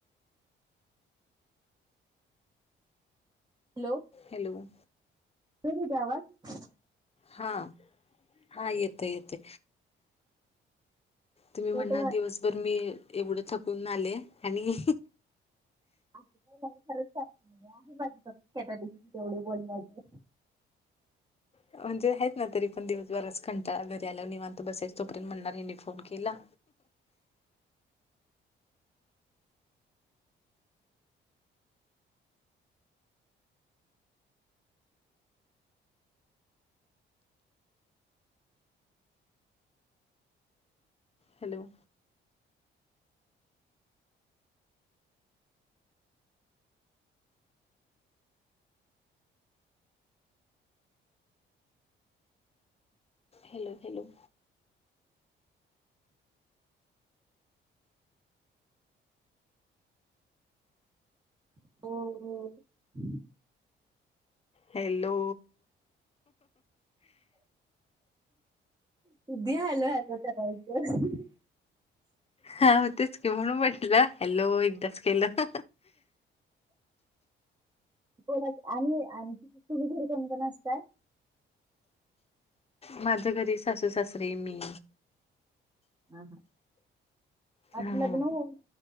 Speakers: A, on the right; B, on the left.
A: हॅलो.
B: हॅलो.
A: येतोय दिदी आवाज?
B: हा हा येतोय येतोय. तुम्ही
A: तर
B: म्हणणार
A: तो
B: दिवसभर मी एवढं थकून आले ह्यांनी
A: असं काही नाही खरंच <unintelligible> तेवढी बोलण्याचे.
B: म्हणजे आहेत ना तरी पण दिवसभराच कंटाळा घरी आल्यावर निवां त बसायचा तोपर्यंत म्हणणार हेने फोन केला. हॅलो. Hello hello.
A: <unintelligible>
B: हॅलो.
A: किदि हॅलो हॅलो करायच.
B: हा हो तेच की म्हणून म्हटलं हॅलो एकदाच केलं.
A: बोला की आणि आणि तुम्ही घरी कोणकोण असतय?
B: माझ्या घरी सासू, सासरे, मी.
A: हा हा
B: ह
A: आज लग्न होऊन.